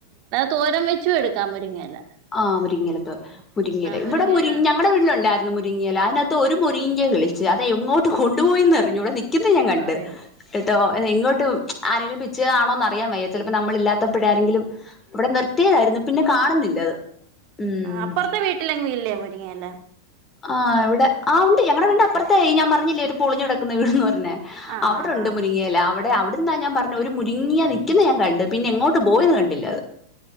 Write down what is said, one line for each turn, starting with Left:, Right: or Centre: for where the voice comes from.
Right: തോരം വെച്ചും എടുക്കാൻ മുരിങ്ങല്ല
Left: ആ് മുരിങ്ങലത്തോൽ മുരിങ്ങല ഇവിടെ
Right: മുരിങ്ങയില
Left: മുരി ഞങ്ങളടെ വീട്ടിലുണ്ട് മുരിങ്ങിയൽ അതിനകത്ത് ഒരു മുങ്ങിയ കളിച്ച് അതെ എങ്ങോട്ട് കൊണ്ടുപോയി എ അറിഞ്ഞൂടെ നി മിക്കുന്ന ഞാൻ കണ്ട്
Right: അറിയാം
Left: കേട്ടോ എങ്ങോട്ടും ആരെേങ്കിലും പിിച്ച കാണോന്ന് അറിയാൻ വയ്യ ചിലപ്പോ നമ്മള ഇല്ലാത്തപ്പോഴ ആരെങ്കിലും ഇവിടെ നിർത്തിയതായിരുന്നു പിന്നെ കാണുന്നില്ല അത് ഉം
Right: ആ അപ്പുറത്തെ വീട്ടിലെങ്ങും ഇല്ലേ മുരിങ്ങല്ലേ
Left: ആഹ് ഇവിടെ ആ ഉണ്ട് ഞടെ വീണ്ടണ്ട്പ്പുറത്തെേ ഞാൻ പറഞ്ഞില്ലേ ഒരു പളഞ്ഞുിക്കുന്ന വീട്ന്ന് പറഞ്ഞേ
Right: ആ
Left: അവിടെണ്ട്
Right: ആ ആ
Left: മുരിങ്ങിയല്ല അവിടെ അവിടെ അവിടന്നാ ഞാൻ പറഞ്ഞു ഒരു മുരുങ്ങിയാ നിൽക്കുന്ന ഞാൻ കണ്ട് പിന്നെ എങ്ങോട്ട് പോയന്ന് കണ്ടില്ല അത്